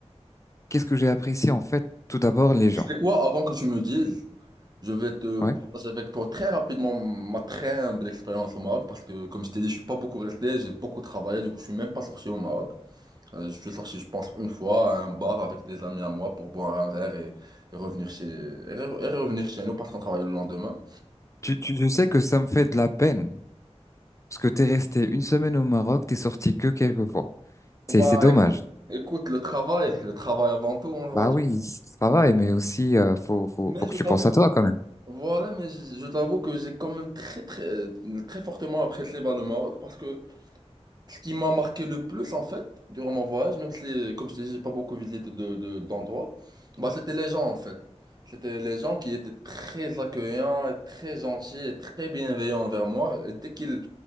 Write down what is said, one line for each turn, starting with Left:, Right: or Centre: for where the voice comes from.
Left: Qu'est-ce que j'ai apprécié, en fait, tout d'abord, les gens.
Right: C'est quoi, avant que tu me dises? Je vais te
Left: Ouais.
Right: partager avec toi très rapidement ma très humble expérience au Maroc parce que, comme je t'ai dit, je suis pas beaucoup resté, j'ai beaucoup travaillé, du coup, je suis même pas sorti au Maroc. Euh, je suis sorti, je pense, une fois à un bar avec des amis à moi pour boire un verre et, et revenir chez, et re- et revenir chez nous parce qu'on travaille le lendemain.
Left: Tu, tu, je sais que ça me fait de la peine. Parce que t'es resté une semaine au Maroc, t'es sorti que quelques fois.
Right: Bah,
Left: C'est, c'est dommage.
Right: éc- écoute, le travail, le travail avant tout, on
Left: Bah
Right: va dire.
Left: oui, c'est le travail, mais aussi, euh, faut, faut,
Right: Mais
Left: faut que
Right: je t'avoue
Left: tu penses à
Right: que...
Left: toi, quand même.
Right: Voilà, mais je je t'avoue que j'ai quand même très, très, très fortement apprécié bah, le Maroc parce que Ce qui m'a marqué le plus, en fait, durant mon voyage, même si, comme je t'ai dit, j'ai pas beaucoup visité de, de- d'endroits, bah, c'était les gens, en fait. C'était les gens qui étaient très accueillants, et très gentils et très bienveillants envers moi. Et dès qu'ils...